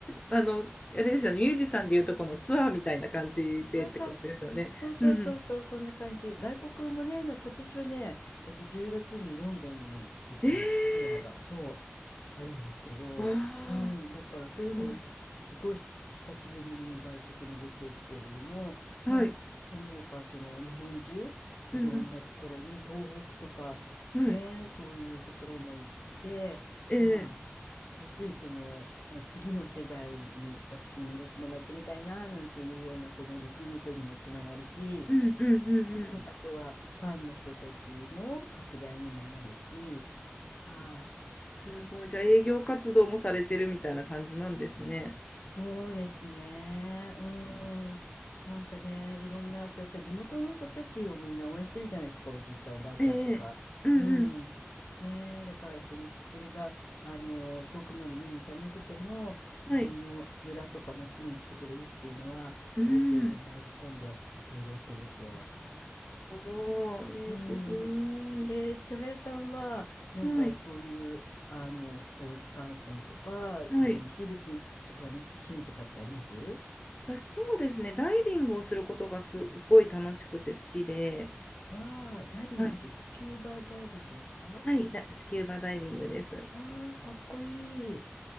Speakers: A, on the left (about 25°); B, on the left (about 60°).
A: あの、あれですよね、ミュージシャンでいうとこのツアーみたいな感じでってことですよね。
B: そうそうそう。そうそうそうそう、
A: うんうん。
B: そんな感じ。外国もね、な今年はね、えっと、10月にロンドンに行くツアーが、
A: ええ、
B: そう、あるんですけど、
A: わあ、
B: うん、だからそういうのも、
A: すごい。
B: すごいし久しぶりに外国に出ていくけれども、
A: はい、
B: まあ、その他、その日本中、
A: うん
B: いろんなところに、東北とか、
A: うん、
B: ね、
A: はい、
B: そういうところも行って、
A: ええ、
B: まあ、要するにその次の世代にわうん僕もなってみたいななんていうようなこのリクルートにもつながるし、
A: うんうんうんうん。
B: うんあとはファンの人たちの拡大にもなるし、はい、
A: すごい。じゃあ、営業活動もされてるみたいな感じなんですね。
B: そうですね。ううん。ん。なんかね、いろんな、そう、やっぱ地元の子たちをみんな応援してるじゃないですか、おじいちゃん、おばあちゃんとか。
A: ええ、うんうん、
B: うん。ねえ、だからその、それが、あの、遠くまで見に行かなくても、自分の村とか町に来てくれるっていうのは、
A: はい、うん。
B: すごくみんな喜んでくれるわけですよ。
A: ああ、なるほど。ええ、
B: うん。
A: すごい。
B: えー、千早さんは、なんかそういう、
A: はい、
B: あの、スポーツ観戦とかでもいいし、
A: はい。
B: 別に他に趣味とかってあります
A: 私、そうですね、ダイビングをすることがすごい楽しくて好きで、
B: わあ、ダイビングってスキューバダイビングですか
A: はい、はい、だ、スキューバダイビングです。
B: ああ、かっこいい。